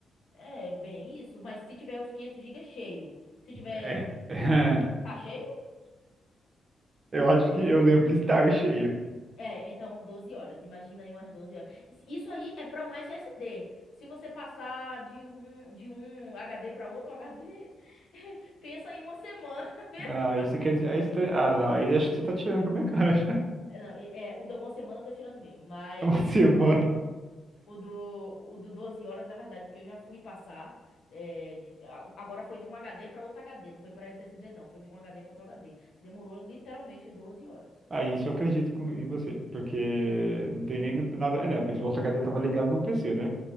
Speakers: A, on the left; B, on the right.
A: É bem isso. Mas se tiver os 500 gigas é cheio, se tiver.
B: É. <laughs>
A: Tá cheio?
B: Eu acho
A: é
B: que eu lembro de estar cheio.
A: É, então 12 horas. Imagina aí umas 12 horas. Isso isso aí é para um SSD. Se você passar de um, de um HD para outro HD, <laughs> pensa em uma semana. <laughs> Pensa
B: Não,
A: em uma
B: aí você
A: semana.
B: quer dizer. Aí você tá- Ah, não, aí acho que você tá tirando com a minha cara já. <laughs>
A: É, Não, e- é, o da uma semana eu tô tirando mesmo, mas
B: Uma semana.
A: o, o, do, o do 12 horas é verdade, porque eu já fui passar. é, de- a- agora foi de um HD para outro HD, não foi para SSD, não. Foi de um HD para outro HD. Demorou literalmente 12 horas.
B: Aí isso eu acredito com- em você. Porque
A: E, é,
B: não tem
A: foi
B: nem
A: horrível.
B: no- nada. É, né? Mas o outro HD tava ligado num PC, né?